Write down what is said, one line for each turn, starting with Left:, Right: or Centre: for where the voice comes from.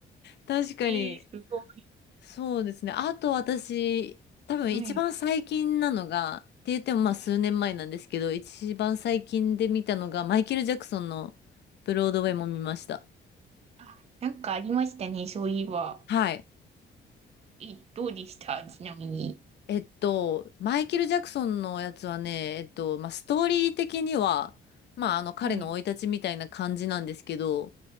Left: 確かに。
Right: <laughs> えー、すごい。
Left: そうですね。あと私、多分一番最近なのが、
Right: はい。
Left: って言ってもまあ数年前なんですけど、
Right: はい。
Left: 一番最近で見たのが、マイケル・ジャクソンのブロードウェイも見ました。
Right: あ、なんかありましたね、そういえば。
Left: はい。
Right: え、どうでしたちなみに。
Left: えっと、マイケル・ジャクソンのやつはね、えっと、まあ、ストーリー的には、まあ、あの、彼の生い立ちみたいな感じなんですけど、
Right: はい。